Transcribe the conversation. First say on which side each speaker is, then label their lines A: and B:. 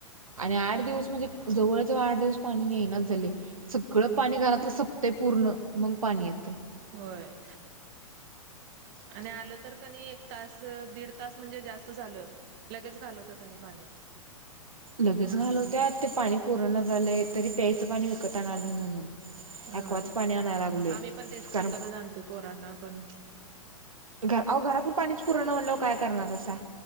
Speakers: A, on the right; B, on the right.
A: आणि आठ दिवस म्हणजे जवळजवळ आठ दिवस पाणी येनाच झाले सगळं
B: होय
A: पाणी घरातल संप ते पूर्ण मग पाणी येत.
B: होय. आणि आलं तर कनी एक तास दीड तास म्हणजे जास्त झाल. लगेच घालवत्यात आणि पाणी
A: लगेच घालवत्यात ते पाणी पूरणा झालंय तरी प्यायचं पाणी विकत आणालोय म्हणून
B: हा
A: ॲक्वाचं पाणी आणायला लागलोय
B: आम्ही पण तेच
A: कारण
B: विकतच आणतोय पोरांना पण
A: का अहो घरातलं पाणीच पुरणा म्हणल्यावर काय करणार आहेसा?